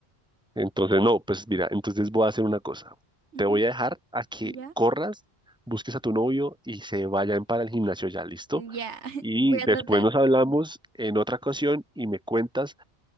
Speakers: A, in the centre; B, on the right.
A: Entonces, no, pues mira, entonces voy a hacer una cosa.
B: Ujú,
A: Te voy a dejar a que
B: ¿Ya?
A: corras, busques a tu novio y se vayan para el gimnasio ya, ¿listo?
B: Ya, <laughs>
A: Y
B: voy
A: después
B: a tratar.
A: nos hablamos en otra ocasión y me cuentas